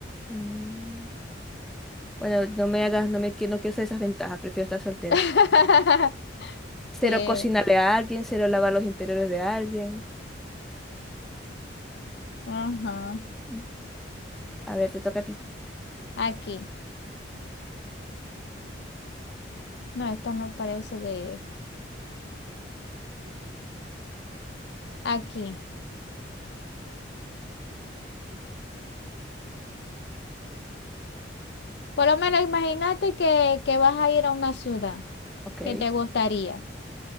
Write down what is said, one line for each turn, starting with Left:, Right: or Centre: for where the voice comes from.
Centre: mm. Bueno, no me hagas, no me qui- no quiero hacer esas ventajas, prefiero estar soltera.
Left: <laughs>
Centre: Cero
Left: Sí,
Centre: cocinarle a alguien, cero lavar los interiores de alguien.
Left: ajá.
Centre: Mm. A ver, te toca a ti.
Left: Aquí. No, esta no parece de aquí. Por lo menos imagínate que, que vas a ir a una ciudad
Centre: Ok.
Left: que te gustaría.